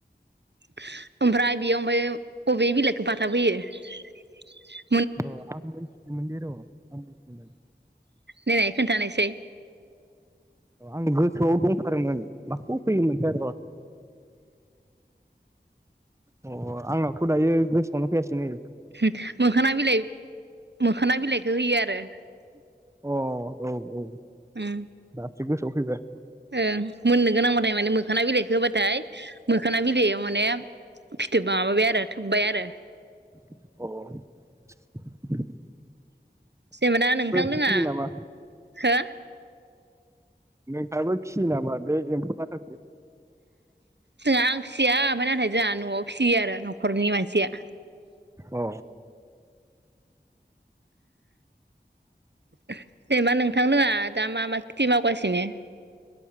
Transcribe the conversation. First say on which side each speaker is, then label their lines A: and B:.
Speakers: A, on the right; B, on the right.
A: ह ओमफ्राय बेयाव ओमफ्राय बबे बिलाइखौ बाथाबहोयो
B: औ आं मोनथिमोनदै र आं मोनथियोमोन
A: देनाय खोन्थानायसै
B: आं गोसोआव दंथारोमोन माखौ फैयोमोनसै र अ आंनावथ' दायो गोसोआवनो फैयाासैनै
A: ह मोखोना बिलाइ मोखोना बिलाइखौ होयो आरो
B: अ औ औ
A: उम
B: दासो गोसोआव फैबाय
A: ओं मोननो गोनांबाथाय माने मोखाना बिलाइखौ होबाथाय ह मोखोना बिलायाव माने फिथोब माबाबाय आरो थोबबाय आरो
B: औ
A: सेमोना नोंथां लोङा
B: फिसियो नामा
A: हो
B: नोंहाबो फिसियो नामा बे एम्फौ लाथाखौ?
A: दा आं फि फिसिया ओमफ्राय नाथाय जोंहा नआव फिसियो आरो नखरनि मानसिया
B: अ
A: जेनेबा नोंथांनोङा दा मा मा टि मावगासिनो?